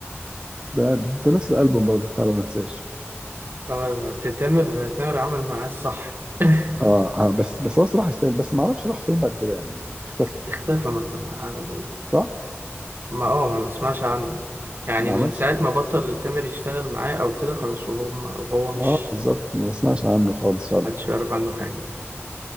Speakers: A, on the right; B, on the right.
A: ده نفس الالبوم برضه بتاع ما انساش
B: اه تامر تامر عمل معاه الصح <laughs>
A: اه آه، بس بس هو صراحة يستاهل بس ما اعرفش راح فين بعد كده يعني اختفى
B: اختفى ما كان معاه
A: صح؟
B: ما اه ما بسمعش عنه يعني
A: ما
B: من
A: عملش
B: ساعة ما بطل تامر يشتغل معاه أو كده خلاص وهو وهو
A: اه
B: مش
A: بالظبط ما بسمعش عنه خالص فعلا
B: محدش يعرف عنه حاجة